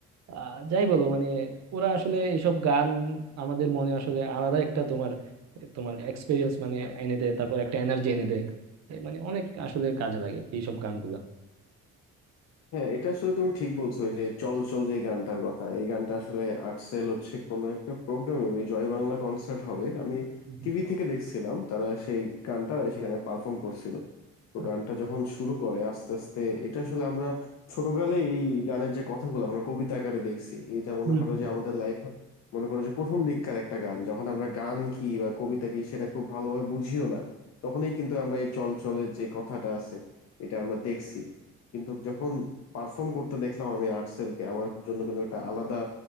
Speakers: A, on the right; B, on the left.
A: আহ, যাই বলো মানে ওরা আসলে এসব গান আমাদের মনে আসলে আলাদা একটা তোমার তোমার এক্সপিরিয়েন্স মানে এনে দেয় তারপর একটা এনার্জি এনে দেয় এ মানে অনেক আসলে কাজে লাগে এইসব গানগুলা
B: হ্যাঁ এটা আসলে তুমি ঠিক বলছো ওই যে চল চল যে গানটার কথা এই গানটা আসলে আর্টসেল হচ্ছে কোনো একটা প্রোগ্রামে ওই জয় বাংলা কনসার্ট হবে আমি
A: হুম হুম
B: টিভি থেকে দেখছিলাম তারা সেই গানটা সেখানে পারফর্ম করছিল তো
A: আচ্ছা।
B: গানটা যখন শুরু করে আস্তে আস্তে এটা আসলে আমরা ছোটকালে এই গানের যে কথাগুলো আমরা কবিতা আকারে দেখছি এটা মনে
A: হুম
B: করো
A: হুম
B: যে আমাদের লাইফে মনে করো যে প্রথম দিককার একটা গান যখন আমরা গান কি বা কবিতা কি সেটা খুব ভালোভাবে বুঝিও না তখনই কিন্তু আমরা এই চল চলের যে কথাটা আছে এটা আমরা দেখছি কিন্তু যখন পারফর্ম করতে দেখলাম আমি আর্টসেলকে আমার জন্য কিন্তু একটা আলাদা